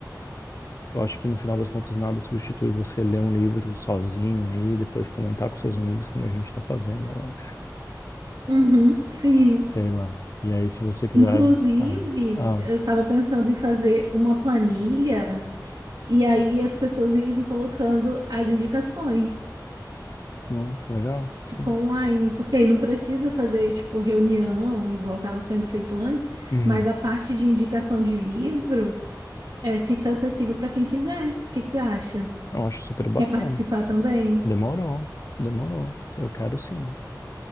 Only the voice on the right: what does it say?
Uhum, sim.
Inclusive,
eu estava pensando em fazer uma planilha e aí as pessoas irem colocando as indicações.
Tipo, online, porque aí não precisa fazer, tipo, reunião, igual estava sendo feito antes,
mas a parte de indicação de livro é, fica acessível para quem quiser. O que que você acha?
Quer participar também?